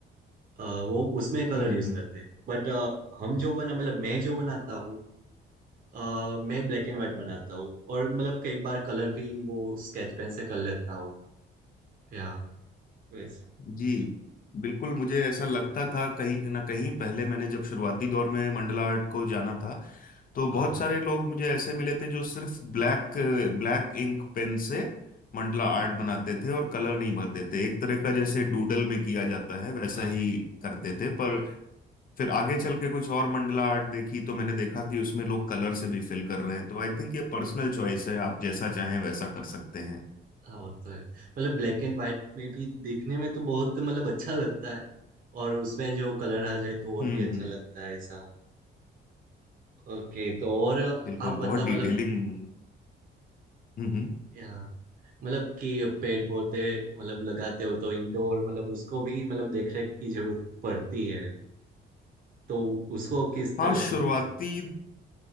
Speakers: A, on the right (about 45°); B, on the left (about 45°).
A: अ, वो उसमें कलर
B: हम्म
A: यूज करते हैं बट हम जो बना मतलब मैं जो बनाता हूँ अ, मैं ब्लैक एंड व्हाइट
B: हम्म
A: बनाता हूँ और मतलब कई बार कलर भी वो स्केच पेन से कर लेता हूँ या वैसे
B: जी बिल्कुल मुझे ऐसा लगता था कहीं ना कहीं पहले मैंने जब शुरुआती दौर में मंडला आर्ट को जाना था तो बहुत
A: हाँ
B: सारे लोग मुझे ऐसे मिले थे जो सिर्फ ब्लैक ब्लैक इंक पेन से मंडला आर्ट बनाते थे और कलर नहीं भरते थे एक तरह का
A: हाँ
B: जैसे डूडल में किया जाता है वैसा
A: हाँ हाँ,
B: ही करते थे पर फिर आगे चल के कुछ और मंडला आर्ट देखी तो मैंने देखा कि उसमें
A: हाँ।
B: लोग कलर से भी फिल कर रहे हैं तो आई थिंक ये पर्सनल चॉइस है आप जैसा चाहें वैसा कर सकते हैं
A: हाँ वो तो है मतलब ब्लैक एंड व्हाइट में भी देखने में तो बहुत मतलब अच्छा लगता है और उसमें जो कलर आ जाए तो और
B: हम्म
A: भी अच्छा
B: हम्म
A: लगता है ऐसा ओके तो और
B: बिल्कुल
A: आप बता
B: बहुत
A: मतलब
B: डिटेलिंग हम्म हम्म
A: यहाँ मतलब कि पेड़ पौधे मतलब लगाते हो तो इंडोर मतलब उसको भी मतलब देख रेख की जरूरत पड़ती है तो उसको किस तरह
B: हाँ
A: से
B: शुरुआती
A: मैनेज करते हैं